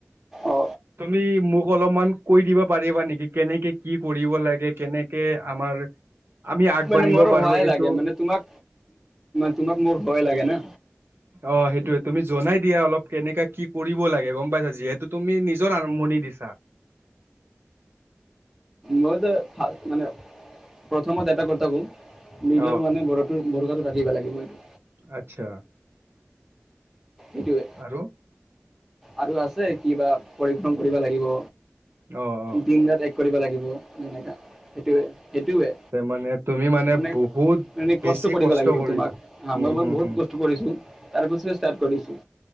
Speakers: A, in the centre; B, on the right (about 55°).
A: অ
B: তুমি মোক অলপমান কৈ দিবা পাৰিবা নেকি? কেনেকে কি কৰিব লাগে কেনেকে আমাৰ। আমি আগবাঢ়িব
A: মানে মোৰো
B: পাৰো
A: সহায়
B: এইটো।
A: লাগে মানে তোমাক তোমাক মোৰ সহায় লাগে না
B: অ, সেইটোৱে তুমি জনাই দিয়া অলপ। কেনেকা কি কৰিব লাগে গম পাইছা। যিহেতু তুমি নিজৰ আৰম্ভণি দিছা।
A: মই যে মানে প্ৰথমত এটা কথা কওঁ। নিজৰ
B: অ
A: মানে বৰো বৰষাটো ৰাখিবা লাগিব এইটো।
B: আচ্ছা।
A: এইটোৱে।
B: আৰু
A: আৰু আছে কিবা পৰিশ্ৰম কৰিব লাগিব।
B: অহ, অহ।
A: দিন ৰাত এক কৰিব লাগিব যেনেকুৱা সেইটোৱে সেইটোৱে।
B: তাৰ মানে তুমি
A: মানে
B: বহুত
A: এনে
B: বেছি
A: কষ্ট কৰিব লাগিব
B: কৰি
A: তোমাক হা
B: উম
A: মই মই
B: হুম
A: বহুত
B: হুম
A: কষ্ট কৰিছো। তাৰ পিছত ষ্টাৰ্ট কৰিছো।